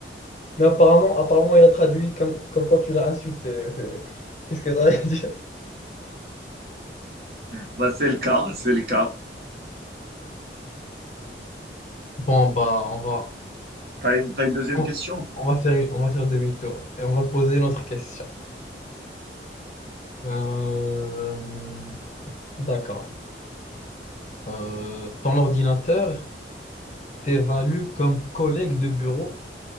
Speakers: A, on the left; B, on the right.
A: Mais apparemment, apparemment, il a traduit comme, comme quoi tu l'as insulté. C'est- Qu'est-ce que ça veut dire?
B: Bah, c'est le cas, c'est le cas.
A: Bon, bah, on va,
B: T'as une, t'as une deuxième
A: on,
B: question?
A: on va faire, on va faire demi-tour et on va poser notre question. Euh, d'accord. Euh, ton ordinateur t'évalue comme collègue de bureau.